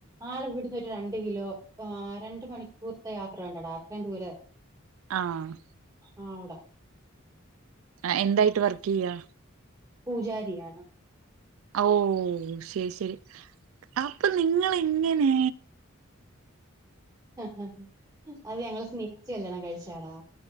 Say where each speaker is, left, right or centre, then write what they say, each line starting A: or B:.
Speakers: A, on the right; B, on the right.
A: ആള് ഇവ്ട്ന്ന് ഒരു രണ്ട് കിലോ ആഹ് രണ്ട് മണിക്കൂർത്തെ യാത്ര വേണ്ടെടാ അത്രയും ദൂരെ
B: ആഹ്
A: ആഹ് അവ്ടെ
B: ആഹ് എന്തായിട്ട് വർക്കിയ്യാ
A: പൂജാരിയാണ്
B: ഓഹ് ശെരി ശെരി അപ്പൊ നിങ്ങളെങ്ങനെ
A: എഹ് ഹ ഹ അത് ഞങ്ങള് സ്നേഹിച്ച് കല്യാണം കഴിച്ചയാടാ